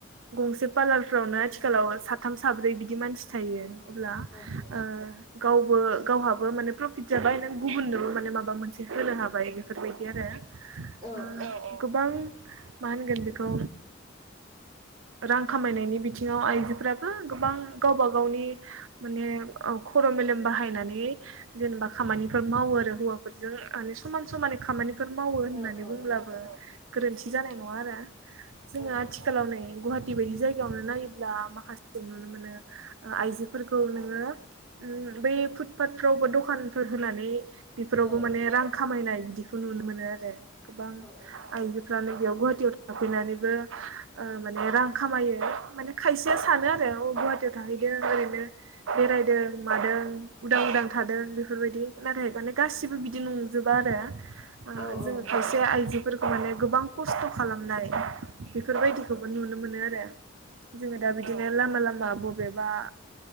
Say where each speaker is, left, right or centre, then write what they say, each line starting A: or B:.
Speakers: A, on the right; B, on the right.
A: गंसे पार्लारफ्रावनो आथिखालाव साथाम, साब्रै बिदि मानसि थायो। अब्ला ओ
B: उम उम
A: गावबो गावहाबो माने प्रफिट जाबाय नों गुबुननो माने माबा मोनसे होनो हाबाय बेफोरबायदि आरो।
B: औ
A: गोबां मा होनगोन बेखौ रां खामायनायनि बिथिङाव आइजोफोराबो- गोबां गावबा गावनि माने खर' मेलेम बाहायनानै जेनेबा खामानि मावो आरो हौवाफोरजों माने समान समानै खामानि बेफोर मावो होननानै
B: औ औ
A: बुंब्लाबो गोरोन्थि जानाय नङा आरो जोङो
B: उम
A: आथिखालाव नै गुवाहाटि बायदि जायगायावनो नायोब्ला माखासे नुनो मोनो आइजोफोरखौ नोङो बै फुटपाटफोरावबोा दखानफोर होनानै बेफोरावबो
B: औ
A: माने रां खामायनाय बिदिखौ नुनो मोनो आरो गोबां
B: औ
A: आइजोफ्रानो बेयाव गुवाहाटिीयाव थाफैनानैबो ओ माने रां खामायो माने खायसेया सानो आरो गुवाहाटियाव थाहैदों ओरैनो बेरायदों मादों उदां उदां थादों बेफोरबायदि नाथाय माने गासिबो बिदि नंजोबा आरो
B: औ
A: जोङो
B: उम औ
A: एसे
B: उम
A: आइजोफोरखौ माने गोबां खस्थ' खालामनाय बेफोरबायदिखौबो नुनो मोनो आरो जोङो दा बिदिनो लामा लामा बबेबा